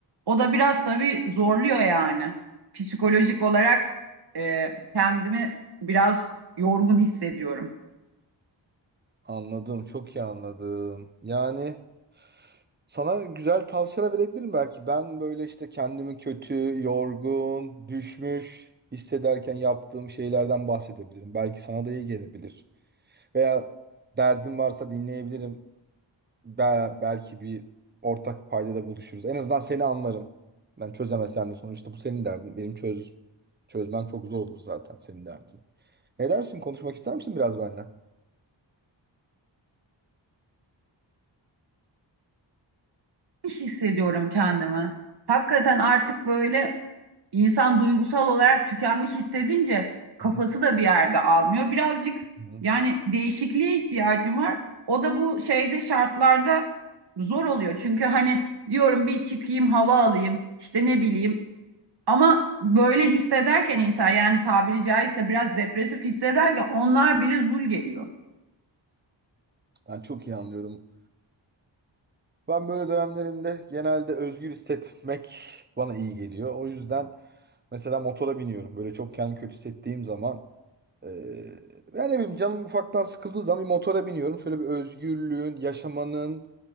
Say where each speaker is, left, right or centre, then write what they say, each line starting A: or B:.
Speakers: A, on the right; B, on the right.
A: O da biraz tabii zorluyor yani. Psikolojik olarak e, kendimi biraz yorgun hissediyorum.
B: Anladım, çok iyi anladım. Yani sana güzel tavsiyeler verebilirim belki. Ben böyle işte kendimi kötü, yorgun, düşmüş hissederken yaptığım şeylerden bahsedebilirim. Belki sana da iyi gelebilir. Veya derdin varsa dinleyebilirim. Bel- belki bir ortak paydada buluşuruz. En azından seni anlarım. Ben çözemesem de sonuçta bu senin derdin. Benim çöz çözmem çok zor olur zaten senin derdini. Ne dersin? Konuşmak ister misin biraz benimle?
A: İş hissediyorum kendimi. Hakikaten artık böyle İnsan duygusal olarak tükenmiş hissedince kafası
B: Hı
A: da bir yerde almıyor. Birazcık
B: hı. hı.
A: yani değişikliğe ihtiyacım var. O da bu şeyde şartlarda zor oluyor. Çünkü hani diyorum bir çıkayım hava alayım işte ne bileyim ama böyle hissederken insan yani tabiri caizse biraz depresif hissederken onlar bile zul geliyor.
B: Ben çok iyi anlıyorum. Ben böyle dönemlerimde genelde özgür hissetmek bana iyi geliyor. O yüzden mesela motora biniyorum. Böyle çok kendimi kötü hissettiğim zaman Ee, yani ne bileyim canım ufaktan sıkıldığı zaman bir motora biniyorum. Şöyle bir özgürlüğün, yaşamanın,